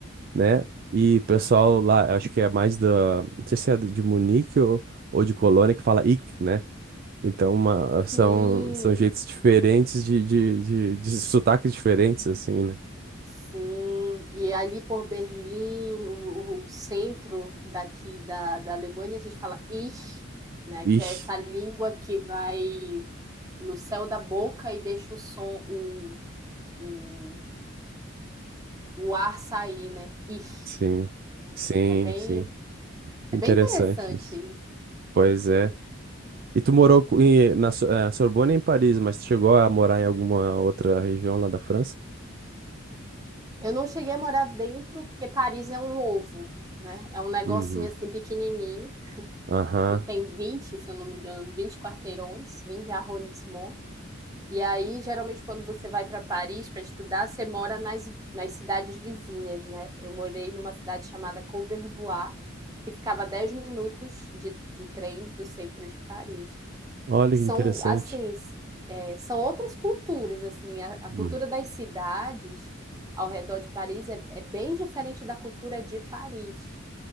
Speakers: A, on the right; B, on the right.
A: né? E o pessoal lá, acho que é mais da. Não sei se é de Munique ou, ou de Colônia que fala ich, né? Então, uma- são,
B: Sim,
A: são jeitos diferentes de, de, de, de sotaques diferentes, assim, né?
B: sim. E ali por Berlim, o, o centro daqui da, da Alemanha, a gente fala Ich, né? Que
A: Ixi,
B: é essa língua que vai no céu da boca e deixa o som, o, o, o ar sair, né? Ich,
A: sim,
B: né?
A: sim,
B: É bem,
A: sim. Que
B: é
A: interessante
B: bem interessante
A: isso.
B: isso.
A: Pois
B: Sim.
A: é. E tu morou co- em, na So- eh, Sorbonne é em Paris, mas tu chegou a morar em alguma outra região lá da França?
B: Eu não cheguei a morar dentro, porque Paris é um ovo, né? É um negocinho
A: Uhum.
B: assim pequenininho,
A: Aham.
B: que tem 20, se eu não me engano, 20 quarteirões, 20 arrondissements. E aí, geralmente, quando você vai para Paris para estudar, você mora nas, nas cidades vizinhas, né? Eu morei numa cidade chamada Courbevoie, que ficava 10 minutos de, de trem do centro de Paris
A: Olha
B: são
A: que interessante.
B: assim, s- é, são outras culturas, assim, a, a
A: Uhum.
B: cultura das cidades ao redor de Paris é, é bem diferente da cultura de Paris.